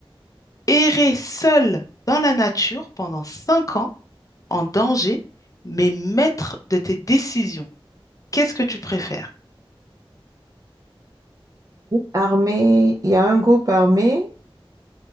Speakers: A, on the left; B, on the right.
A: errer seul dans la nature pendant 5 ans en danger mais maître de tes décisions. Qu'est-ce que tu préfères?
B: Armée, il y a un groupe armé